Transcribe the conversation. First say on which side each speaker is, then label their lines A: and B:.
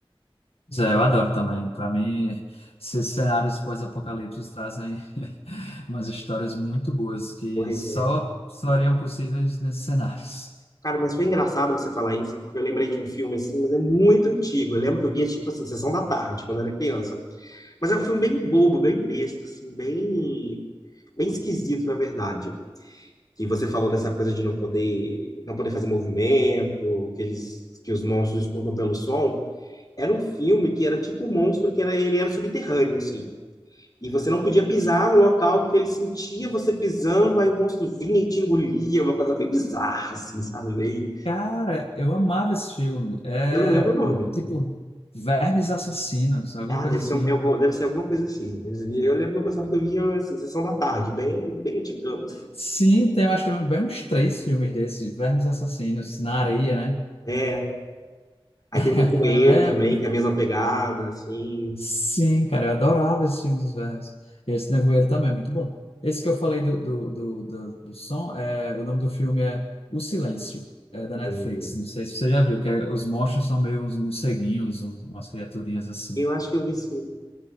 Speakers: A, on the left (about 80°); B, on the left (about 40°).
A: Zé, eu adoro também. Para mim, esses cenários pós-apocalípticos trazem <laughs> umas histórias muito boas que
B: Pois
A: só
B: é.
A: seriam possíveis nesses cenários.
B: Cara, mas foi engraçado você falar isso, porque eu lembrei de um filme assim, mas é muito antigo. Eu lembro que eu via, tipo assim, Sessão da Tarde, quando eu era criança. Mas é um filme bem bobo, bem besta, assim, bem, bem esquisito, na verdade. E você falou dessa coisa de não poder, não poder fazer movimento, que eles, que os monstros disputam pelo som. Era um filme que era tipo um monstro que era, ele era subterrâneo, assim. E você não podia pisar no local porque ele sentia você pisando, aí o monstro vinha e te engolia, uma coisa bem bizarra, assim, sabe? Bem-
A: Cara, eu amava esse filme. É
B: Eu não lembro o nome.
A: tipo Vermes Assassinos, alguma
B: Ah,
A: coisa
B: deve
A: assim.
B: ser, um- é algum- deve ser alguma coisa assim. Mas Eu lembro que eu gostava que eu via, assim, Sessão da Tarde, bem, bem antigão, assim.
A: Sim, tem, eu acho que tem bem uns três filmes desses, de Vermes Assassinos, na areia, né?
B: É. Aí
A: <laughs> É,
B: tem o Nevoeiro também, que é a mesma pegada, assim.
A: sim, cara, eu adorava esse filme dos vermes. E esse Nevoeiro também é muito bom. Esse que eu falei do, do, do, do, do som, é, o nome do filme é O Silêncio, é da Netflix.
B: Hum.
A: Não sei se você já viu, que é- os monstros são meio uns morceguinhos, uns- umas criaturinhas assim.
B: Eu acho que eu vi sim.